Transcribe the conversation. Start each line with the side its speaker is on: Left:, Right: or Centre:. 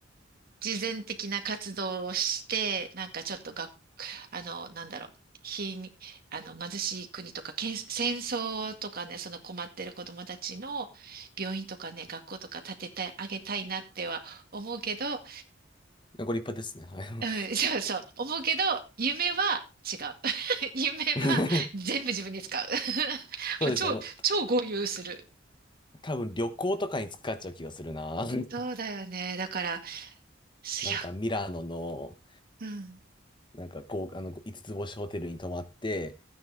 Right: 慈善的な活動をして、なんかちょっとが、あの、なんだろう、貧、あの、貧しい国とか、けん、戦争とかね、その困ってる子供たちの病院とかね、学校とか建ててあげたいなっては思うけど、
Left: ご立派ですね。は
Right: うん、<laughs> そうそう、思うけど、夢は違う。<laughs> 夢は全部自分に使う。
Left: い。<laughs>
Right: <laughs>
Left: そうですね。
Right: 超、
Left: もう
Right: 超豪遊する。
Left: 多分旅行とかに使っちゃう気がするな。<laughs>
Right: そうだよね。だから、1
Left: なんかミラノの、
Right: うん、
Left: なんかこう、あの、五つ星ホテルに泊まって、